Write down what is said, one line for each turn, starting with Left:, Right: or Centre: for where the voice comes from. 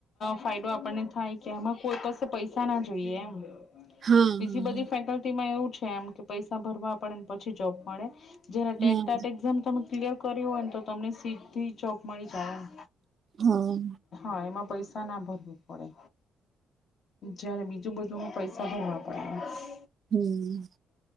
Left: ફાયદો આપણને થાય કે એમાં કોઈ પાસે પૈસા ના જોઈએ એમ.
Right: હા
Left: બીજી
Right: હા.
Left: બધી ફેકલ્ટીમાં એવું છે, એમ કે પૈસા ભરવા પડે પછી જોબ મળે. જયારે
Right: હા
Left: ટેટ ટાટ એક્ઝામ તમે ક્લિયર કરી હોય ન,, તો તમને સીધ્ધી જોબ મળી જાય એમ.
Right: હા
Left: હા, એમાં પૈસ પૈસા ના ભરવું પડે જયારે બીજું બધું પૈસા ભરવા પડે.
Right: હમ.